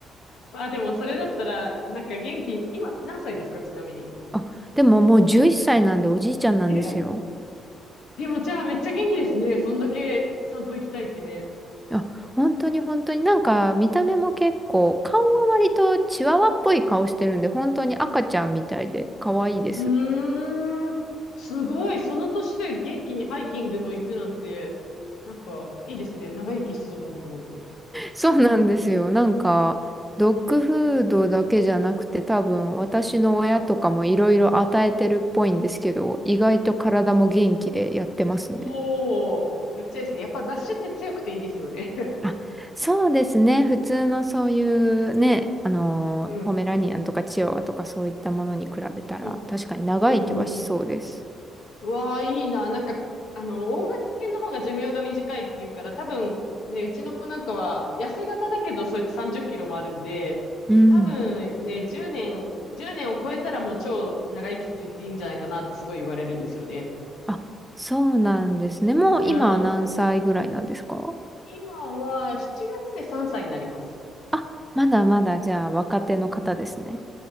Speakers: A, on the left; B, in the centre.
A: ま <laughs> あでもそれだったら、なんか元気、今何歳ですか、ちなみに。
B: あ、でももう11歳なんでおじいちゃんなんですよ。
A: え、でもじゃあめっちゃ元気ですね。そんだけ散歩行きたいってね。
B: あ、本当に本当になんか見た目も結構、顔は割とチワワっぽい顔してるんで、本当に赤ちゃんみたいで可愛いです。
A: うーん。すごい。その年で元気にハイキングも行くなんて、なんかいいですね。長生きしそう、もっともっと。
B: そうなんですよ。なんか、ドッグフードだけじゃなくて、多分私の親とかもいろいろ与えてるっぽいんですけど、意外と体も元気でやってますね。
A: おお、めっちゃいいですね。やっぱ雑種って強くていいですよね。<laughs>
B: あ、そうですね。普通のそういうね、あのー、
A: うん。
B: ポメラニアンとかチワワとかそういったものに比べたら、
A: うん
B: 確かに長生きはしそうです。
A: うんうん。うわあ、いいな。なんか、あの、大型犬の方が寿命が短いっていうから、多分、ね、うちの子なんかは、痩せ型だけど、そうやって30キロもあるんで、
B: うん。
A: 多分ね、10年、1年を超えたらもう超長生きと言っていいんじゃないかなってすごい言われるんですよね。
B: あ、そうなんですね。もう今は何歳ぐらいなんですか
A: うん。今は7月で3歳になります。
B: あ、まだまだじゃあ若手の方ですね。